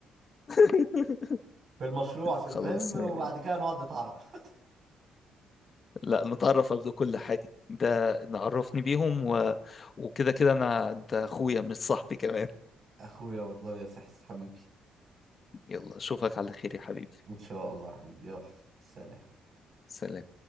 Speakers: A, on the left; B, on the right.
A: <laughs>
B: <laughs> في المشروع في
A: خلاص
B: الفيلم وبعد
A: م-
B: كده نقعد نتعرف
A: لا نتعرف قبل كل حاجة ده نعرفني بيهم و... وكده كده انا انت اخويا مش صاحبي كمان
B: اخويا والله يا سحس حبيبي
A: يلا اشوفك على خير يا حبيبي
B: ان شاء الله حبيبي يلا سلام
A: سلام